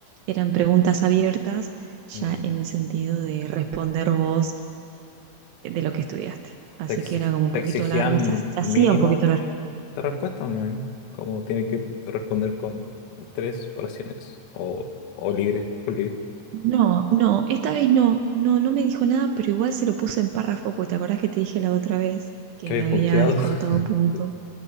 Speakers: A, on the right (about 80°); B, on the left (about 85°).
A: eran preguntas abiertas, ya
B: Mm.
A: en el sentido de responder vos eh, de lo que estudiaste. Así
B: ¿Te exi-
A: que era como un
B: te
A: poquito
B: exigían
A: largo, se, ha- se
B: mínimo
A: hacía un poquito
B: de,
A: largo.
B: de respuesta o no hay? Como tiene que responder con tres oraciones o, o libre, por libre.
A: No, no, esta vez no, no, no me dijo nada, pero igual se lo puso en párrafo, porque te acordás que te dije la otra vez que
B: ¿Qué
A: me
B: habías
A: había
B: punteado?
A: descontado
B: <laughs>
A: puntos.
B: Sí.